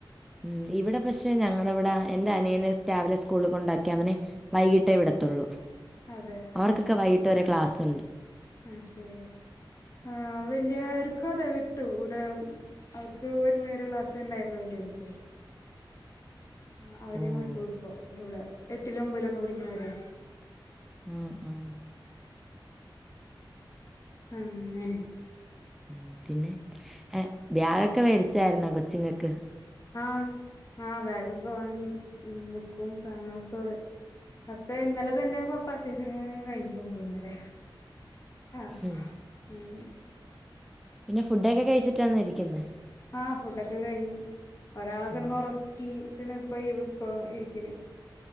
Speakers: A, in the centre; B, on the left (about 35°).
A: ഉം ഇവിടെ പക്ഷെ ഞങ്ങളവിടെ എന്റെ അനിയനെ രാവിലെ സ്കൂളിൽ കൊണ്ടാക്കി അവനെ വൈകിട്ടേ വിടത്തുള്ളൂ.
B: അതെ
A: അവർക്കൊക്കെ വൈകിട്ട് ഒരെ ക്ലാസ് ഇണ്ട്
B: ആഹ് ശെരി ആ വല്യ വ ക്ക അതെ വിട്ടു ഇവിടെ അവർക്ക് ഒരു മണിരെ ക്ലാസ് ഉണ്ടായിരുന്നു വലിയവർക്ക് ആ അവരും
A: ഓഹ്
B: വിട്ടു ഇപ്പോ ഇവിടെ എട്ടില ഒമ്പിലൊക്കെ പിടിക്കണവര്
A: ഉം ഉം
B: ഉം അങ്ങനെ
A: ഉം പിന്നെ ബാഗൊക്കെ മേടിച്ചായിരുന്നോ കൊച്ചിങ്ങക്ക്
B: ആഹ് ആ ബാഗൊക്കെ വാങ്ങി ബുക്കും സാധനങ്ങളൊക്കെ ഒക്കെ ഇന്നലെ തന്നെ പർച്ചേസിങ് കഴിഞ്ഞ് <unintelligible> ള്ളന്നല്ലേ ആഹ്
A: ഉം.
B: പിനെ
A: പിന്നെ ഫുഡൊക്കെ കഴിച്ചിട്ടാന്ന ഇരിക്കുന്നേ
B: ആഹ് ഫുഡൊക്കെ കഴിഞ്ഞു ഒരാളൊക്കെ കെടന്ന്
A: ഉം
B: ഒറക്കി. ട്ട്ണ് <unintelligible> പോയി ഇരിക്കണ്